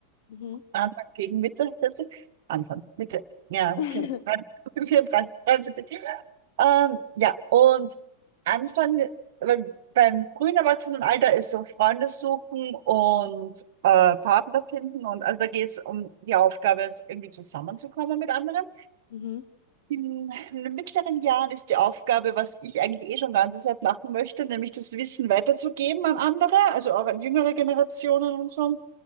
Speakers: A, on the left; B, on the right.
A: Mhm.
B: Anfang gegen Mitte 40, Anfang, Mitte, ja,
A: <laughs>
B: 34, <laughs> Ähm, ja, und Anfang, beim, beim frühen Erwachsenenalter ist so Freunde suchen und äh, Partner finden. Und also da geht es um die Aufgabe, es irgendwie zusammenzukommen mit anderen.
A: Mhm.
B: In, in den mittleren Jahren ist die Aufgabe, was ich eigentlich eh schon ganze Zeit machen möchte, nämlich das Wissen weiterzugeben an andere, also auch an jüngere Generationen und so.